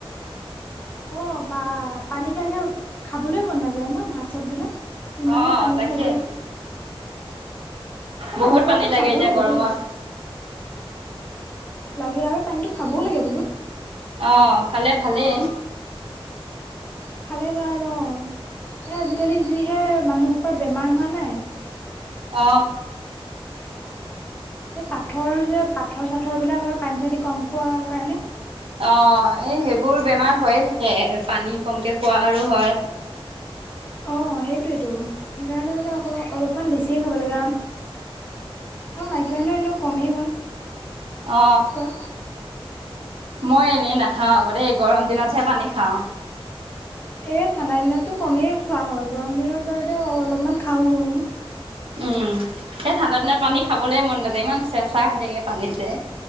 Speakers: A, on the left (about 20°); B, on the right (about 65°).
A: অ বা পানী খাই খাই খাবলৈ মন নাযায় ন ভাত চাত বিলাক ইমানেই
B: অ'
A: পানী
B: তাকে
A: খাই দিয়া হয় অ পানীটো
B: বহুত পানী
A: বাৰু খাবও
B: এতিয়া
A: লাগে
B: গৰমত
A: দেই লাগে আৰু পানীটো খাবও লাগে বোলো
B: আহ খালে ভালেই
A: খালে ভাল অ এ আজিকালি যি এয়া মানুহ সোপা বেমাৰ হোৱা নাই
B: অ
A: এই পাথৰ যে পাথৰ চা পথৰ বিলাক হয় পানী চানী কম খোৱাৰ কাৰণে
B: অ এই সেইবোৰ বেমাৰ হৈয়ে থাকে পানী কমকে খোৱা আৰু হয়
A: অ এইটোয়েইটো সেইকাৰণে মানে অ অলপমান বেছিয়ে খাব লাগে আম এ মাইকীমানুহ এনেও কমেই হয়
B: অ
A: খোৱা
B: মই এনেই নাখাওঁ আকৌ দেই গৰম দিনতহে পানী খাওঁ
A: এ ঠাণ্ডা দিনতো কমেই খোৱা হয় গৰম দিনত বা অলপমান খাও ময়ো <unintelligible>
B: উম <unintelligible> এ ঠাণ্ডা দিনত পানী খাবলেই মন নাযায় ইমান চেঁচা হৈ থাকে পানী যে।